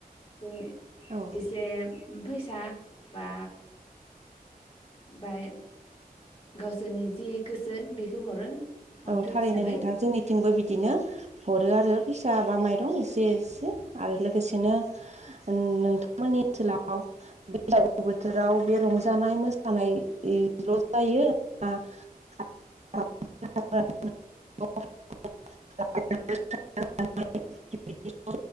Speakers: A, on the left; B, on the right.
A: जों
B: औ
A: एसे फैसा बा बाय गावसोरनि जि गोसो बेखौ हरो। अन्थोब
B: औ थारैनो
A: हिसाबै
B: नोंथां जोंनिथिंबो बिदिनो। हरो आरो फैसा बा माइरं एसे एसे। आरो लोगोसेनो ओन नोंथांमोननि ओनसोलाव बैसागु बोथोराव बे रंजानाय मोसानायल' जायो ना? <inaudible> <unintelligible>